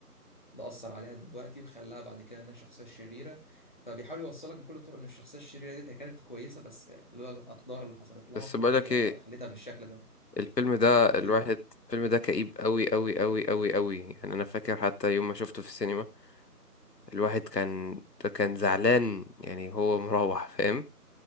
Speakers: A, on the left; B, on the left.
A: ده أثر عليها دلوقتي وخلاها بعد كده إنها شخصية شريرة فبيحاول يوصلك بكل الطرق إن الشخصية الشريرة ديت هي كانت كويسة بس لولا الأقدار اللي حصلت لها
B: بس
A: فهي
B: بقولك ايه
A: خلتها بالشكل ده
B: الفيلم ده الواحد
A: أيوه
B: الفيلم ده كئيب قوي قوي قوي قوي قوي يعني انا فاكر حتى يوم ما شفته في السينما الواحد كان كان زعلان يعني هو مروح فاهم